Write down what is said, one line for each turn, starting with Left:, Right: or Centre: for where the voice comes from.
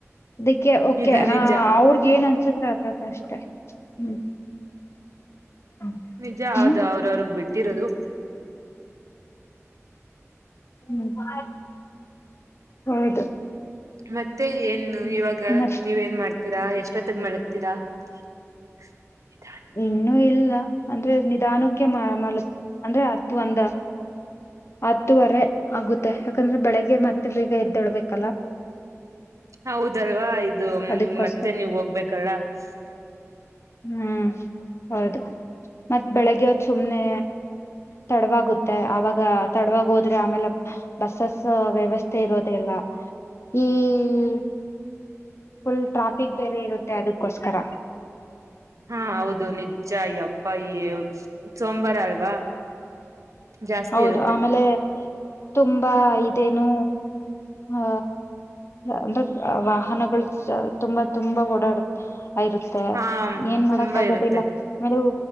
Left: ಅದಕ್ಕೆ
Right: ಇದು
Left: ಕೆ
Right: ನಿಜ
Left: ಆ ಅವ್ರಗ ಏನ್ ತ್ರ ಆತತ ಅಷ್ಟೇ ಹ್ಮ್ ಹ್ಮ್
Right: ನಿಜ
Left: ಹ್ಮ್
Right: ಹೌದು ಅವ್ರ ಅವ್ರಗ್ ಬಿಟ್ಟಿರೋದು
Left: ಹ್ಮ ಹೌದು
Right: ಮತ್ತೆ ಮತ್ತೆ ಏನು
Left: ಹ್ಮ್
Right: ಇವಾಗ
Left: ಮತ್ತ
Right: ನೀವ ಏನ್ ಮಾಡ್ತೀರಾ ಎಷ್ಟೊತ್ತಗ ಮಲಗ್ತೀರಾ <inaudible>
Left: ಇನ್ನುೂ ಇಲ್ಲ ಅಂದ್ರೆ ನಿಧಾನಕ್ಕೆ ಲ್ ಅಂದ್ರೆ ಹತ್ತು ಒಂದ ಹತ್ತುವರೆ ಆಗುತ್ತೆ ಯಾಕಂದ್ರೆ ಬೆಳಿಗ್ಗೆ ಮತ್ತೆ ಬೇಗ ಎದ್ದೊಳ್ಬೇಕಲ್ಲ
Right: ಹೌದಲ್ವಾ ಇದು
Left: ಅದಕ್ಕೋಸ್ಕರ
Right: ಮತ್ತೆ ನೀವ ಹೋಗ್ಬೇಕಲ್ಲ ಸ
Left: ಹ್ಮ್ ಹೌದು ಮತ್ತತ್ ಬೆಳಿಗ್ಗೆ ಸುಮ್ನೆ ತಡವಾಗುತ್ತೆ ಆವಾಗ ತಡವಾಗಿ ಹೋದ್ರೆ ಆಮೇಲೆ ಬಸ್ಸಸ್ ವ್ಯವಸ್ಥೆ ಇರೋದೆಲ್ಲ ಹ್ಮ್ ಫುಲ್ ಟ್ರಾಫಿಕ್ ಬೇರೆ ಇರುತ್ತೆ ಅದಕ್ಕೋಸ್ಕರ
Right: ಹಾ ಹೌದು ನಿಜ್ಜ ಅ ಅಪ್ಪ ಈ ಸೋಂವಾರ ಅಲ್ವಾ ಜಾಸ್ತಿ
Left: ಹೌದು
Right: ಇರುತ್ತೆ
Left: ಆಮೇಲೆ ತುಂಬಾ ಇದೇನು ಆ ಅಂದ್ರೆ ವಾಹನಗಳು ತುಂಬಾ ತುಂಬಾ ಓಡಾಡುತ್ತೆ ಇರುತ್ತೆ
Right: ಹಾ
Left: ಏನ್
Right: ತುಂಬಾ
Left: ಮಾಡಕ್ ಆಗೋದಿಲ್ಲ
Right: ಇರುತ್ತೆ
Left: ಆಮೇಲೆ